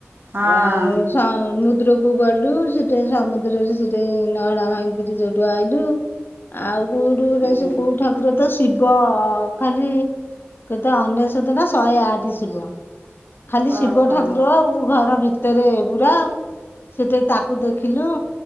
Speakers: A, on the right (about 55°); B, on the left (about 50°).
A: ହଁ
B: ଆଉ ସମୁଦ୍ରକୁ ଗଲୁ ସେଠି ସମୁଦ୍ରରେ ସେଠି ନହଡା ଭାଙ୍ଗିକିରି ସେଇଠୁ ଆଇଲୁ। ଆଉ କୋଉଠୁ ରେ
A: ହୁଁ
B: ସେ କୋଉ ଠାକୁର ତ ଶିବ ଖାଲି କେତେ ଅନେଶୋତ ନା ଶହେ ଆଠ ଶିବ। ଖାଲି ଶିବ
A: ଓହୋ
B: ଠାକୁର ଆଉ ଘର ଭିତ ତରେ ପୁରା ସେଠି ତାକୁ ଦେଖିଲୁ।